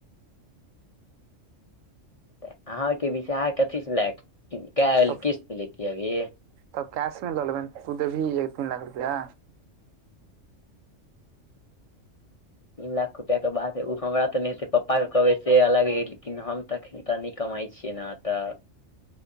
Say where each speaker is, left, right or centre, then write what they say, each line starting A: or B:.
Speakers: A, on the left; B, on the right.
A: अहाँ के विचार कथी सऽ लै के काइल
B: तब
A: किस्त पे लेतिये अभी
B: तब कैश मे ल लेबन तू देबीह एक तीन लाख रुपया
A: तीन लाख रुपैया के बात हइ ऊ हमरा त नहि हेतय पप्पा के कहबय से अलग हइ लेकिन हम त एखन हम त नय कमाय छियै नऽ तऽ